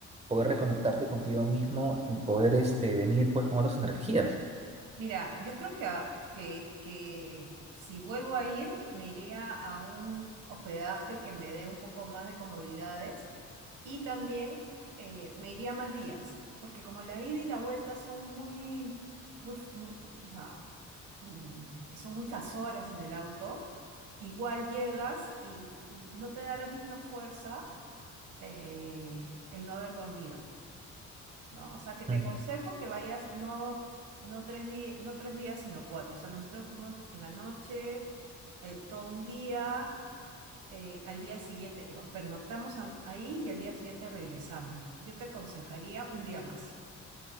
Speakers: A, on the right (about 20°); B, on the right (about 80°).
A: poder reconectarte contigo mismo y poder este, venir pues con otras energías.
B: Mira, yo creo que, a- que, que si vuelvo a ir, me iría a a un hospedaje que me dé un poco más de comodidades y también eh, me iría más días, porque como la ida y la vuelta son muy, muy, f- muy- o sea, mm, son muchas horas en el auto, igual llegas y, y no te da la misma fuerza eh, el no haber dormido. ¿no? O sea, que te
A: Mm.
B: aconsejo que vayas no, no tres di- no tres días, sino cuatro. O sea, nosotros fuimos en la noche, eh, todo un día, eh, al día siguiente, eh, pernoctamos a- ahí y al día siguiente regresamos. Yo te aconsejaría un día más,